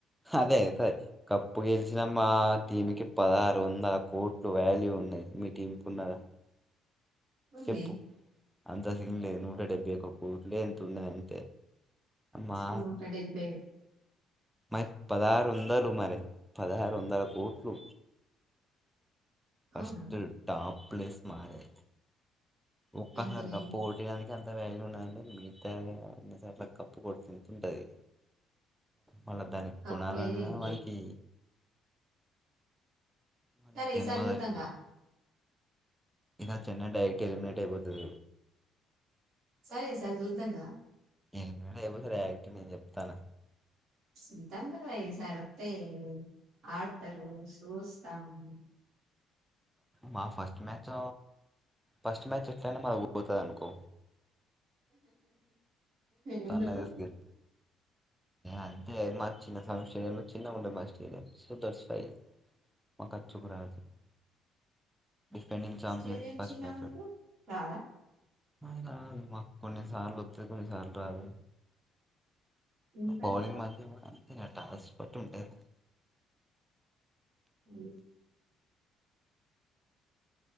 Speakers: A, in the centre; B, on the right.
A: అదే సరే కప్పు గెలిచిన మా టీంకిి పదహారు వందల కోట్లు వాల్యూ ఉన్ లేర్ మీ టీం కి ఉన్నారా.
B: ఉంది
A: చెప్పు అంతా సీన్ లే నూట డెబ్భై ఒక్క కోట్లే ఎంతో ఉన్నదే అంతే మా
B: నూట డెబ్బై.
A: మరి పదహారు వందలు, మరి పదహారు వందల కోట్లు. ఫస్ట్
B: అవును
A: టాప్ ప్లేస్ మాదే ఒక్క
B: అంత
A: సారి
B: లేదు
A: కప్ కొట్టేడానికే అంత్ ఎంత వాల్యూ ఉన్నదంటే మిగతా అన్ని సార్లు కప్పు కొడితే అంత ఉంటది. మళ్ళ దానికి
B: కప్పు
A: కొనాలన్నా
B: లేదు ఏం లేదు
A: వాడికి. మరో
B: సరే
A: జన్మలో
B: ఈసారి చూద్దాంగా
A: సరిపోదు. ఇక చెన్నై డైరెక్ట్ ఎలిమినేట్ అయిపోతది
B: సరే ఈ సారి చూద్దాంగా
A: ఎ రపు సార్ యాక్ట్ నేను చెప్తానా
B: సితబల ఈ సారి వస్తాయి ఆడతరు చూస్తాము
A: మా ఫస్ట్ మ్యాచ్ ఫస్ట్ మ్యాచ్ ఎట్లనే మాది పోతుంది అనుకో
B: ఎందుకు
A: సన్ రైజర్స్ గెలుత్తది అంతే చిన్న చిన్న స్టేడియం ఉంటది సో థాట్స్ వై మాకుచ్చుకు రాదు <inaudible>
B: <inaudible>
A: డిఫెండింగ్ చాంపియన్
B: స్టేడియం
A: ఫస్ట్
B: చిన్నగా
A: మ్యాచ్లో
B: ఉంటే రాదా
A: అయిన మాకు కొన్నిసార్లు వస్తాది కొన్నిసార్లు రాదు
B: ఎందుకట్లా
A: బౌళింగ్ మాధ్యట్ట ఇంకా టాస్క్ బట్టి ఉంటది
B: అ